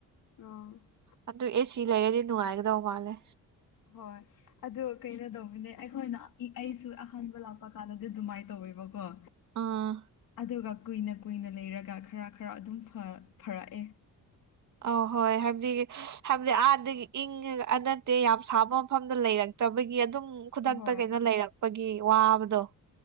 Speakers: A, on the left; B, on the right.
A: <unintelligible>
B: ꯑꯗꯨ ꯑꯦ ꯁꯤ ꯂꯩꯔꯗꯤ ꯅꯨꯡꯉꯥꯏꯒꯗꯧ ꯃꯥꯜꯂꯦ
A: ꯍꯣꯏ ꯑꯗꯣ ꯀꯩꯅꯣ ꯇꯧꯕꯅꯦ ꯑꯩꯈꯣꯏꯅ ꯑꯩꯁꯨ ꯑꯍꯥꯟꯕ ꯂꯥꯛꯄ ꯀꯥꯟꯗꯗꯤ ꯑꯗꯨꯃꯥꯏꯅ ꯇꯧꯋꯦꯕꯀꯣ
B: ꯑꯥ
A: ꯑꯗꯨꯒ ꯀꯨꯏꯅ ꯀꯨꯏꯅ ꯂꯩꯔꯒ ꯈꯔ ꯈꯔ ꯑꯗꯨꯝ ꯐꯥ ꯐꯔꯛꯑꯦ
B: ꯑ ꯍꯣꯏ ꯍꯥꯏꯕꯗꯤ ꯍꯥꯏꯕꯗꯤ ꯑꯥꯗꯒꯤ ꯏꯪꯉꯒ ꯑ ꯅꯠꯇꯦ ꯌꯥꯝ ꯁꯥꯕ ꯁꯣꯝꯗ ꯂꯩꯔꯛꯇꯕꯒꯤ ꯑꯗꯨꯝ ꯈꯨꯗꯛꯇ
A: ꯍꯣꯏ
B: ꯀꯩꯅꯣ ꯂꯩꯔꯛꯄꯒꯤ ꯋꯥꯕꯗꯣ